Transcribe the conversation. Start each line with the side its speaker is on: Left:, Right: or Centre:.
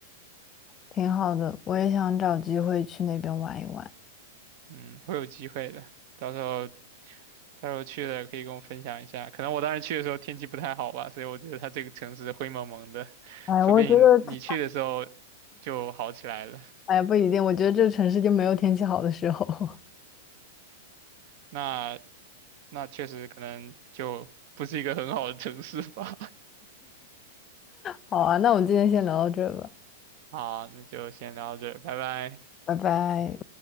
Left: 挺好的，我也想找机会去那边玩一玩。
Right: <laughs> 嗯，会有机会的，到时候到时候去了可以跟我分享一下。可能我当时去的时候天气不太好吧，所以我觉得它这个城市灰蒙蒙的，<laughs>
Left: 哎，
Right: 说不定你去的时候
Left: 我觉得它
Right: 就好起来了。
Left: <laughs>，哎，不一定，我觉得这城市就没有天气好的时候。<laughs>
Right: 那那确实可能就不是一个很好的城市吧。
Left: 好啊，那我们今天先聊到这吧，
Right: <laughs> 好，那就先聊到这儿拜拜。
Left: 拜拜。